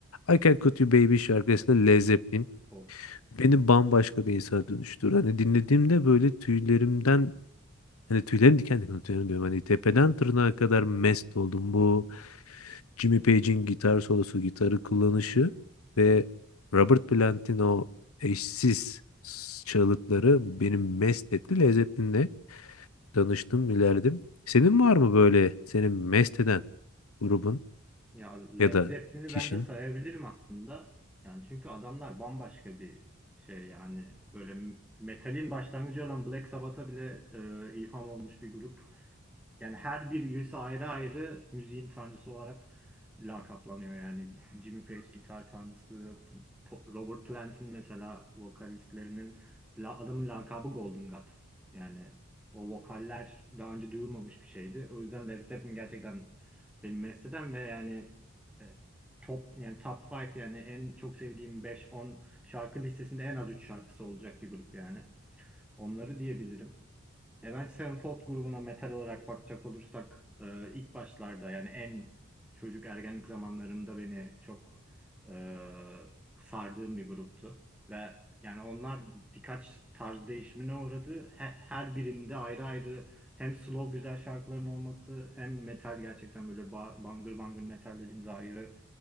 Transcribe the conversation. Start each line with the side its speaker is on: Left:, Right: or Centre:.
Left: I Can Cut You Baby şarkısında Led Zeppelin
Centre: o.
Left: beni bambaşka bir insana dönüştürdü. Hani dinlediğimde böyle tüylerimden hani tüylerim diken diken tüylerim diyorum. Hani tepeden tırnağa kadar mest oldum. Bu Jimmy Page'in gitar solosu, gitarı kullanışı ve Robert Plant'in o eşsiz çığlıkları beni mest etti. Led Zeppelin'le tanıştım, ilerledim. Senin var mı böyle senin mest eden grubun
Centre: Ya Led
Left: ya da
Centre: Zeppelin'i
Left: kişinin.
Centre: ben de sayabilirim aslında. Yani çünkü adamlar bambaşka bir şey yani böyle metalin başlangıcı olan Black Sabbath'a bile e, ilham olmuş bir grup. Yani her bir üyesi ayrı ayrı müziğin tanrısı olarak lakaplanıyor yani. Jimmy Page gitar tanrısı, Po- Robert Plant'in mesela vokalistlerinin la- adamın lakabı Golden God. Yani o vokaller daha önce duyulmamış bir şeydi. O yüzden Led Zeppelin gerçekten benim mesteden ve yani e, top yani top 5 yani en çok sevdiğim beş on şarkı listesinde en az 3 şarkısı olacak bir grup yani. Onları diyebilirim. Avenged Sevenfold grubuna metal olarak bakacak olursak e, ilk başlarda yani en çocuk ergenlik zamanlarımda beni çok e, sardığım bir gruptu. Ve yani onlar birkaç tarz değişimine uğradı. He- her birinde ayrı ayrı hem slow güzel şarkıların olması hem metal gerçekten böyle ba- bangır bangır metal dediğimiz ayrı